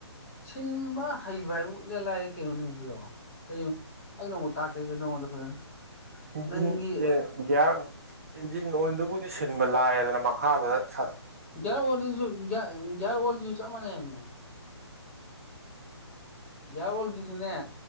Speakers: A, on the left; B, on the right.
A: ꯁꯤꯟꯕ ꯍꯩꯕ ꯍꯥꯏꯕꯨ ꯏꯔꯥꯢ ꯂꯥꯏꯔꯦ ꯀꯩꯅꯣꯅꯦ ꯕ꯭ꯔꯤꯌꯦ ꯀꯩꯅꯣ ꯑꯩ ꯅꯣꯡꯃ ꯇꯥꯛꯀꯦꯁꯦ ꯅꯉꯣꯟꯗ ꯐꯖꯅ
B: ꯏꯟꯖꯤꯟ
A: ꯅꯪꯒꯤ
B: ꯑꯦ ꯒ꯭ꯌꯥꯔ ꯏꯟꯖꯤꯟ ꯑꯣꯢꯟꯗꯨꯕꯨ ꯁꯤꯟꯕ ꯂꯥꯏꯔꯦꯗꯅ ꯃꯈꯥꯗ ꯁꯥ
A: ꯒ꯭ꯌꯥꯔ ꯑꯣꯜꯗꯨꯁꯨ ꯒ꯭ꯌꯥ ꯒ꯭ꯌꯥꯔ ꯑꯣꯜꯗꯁꯨ ꯆꯞ ꯃꯥꯟꯅꯩꯃꯤ ꯒ꯭ꯌꯥꯔ ꯑꯣꯜꯒꯤꯁꯨꯅꯦ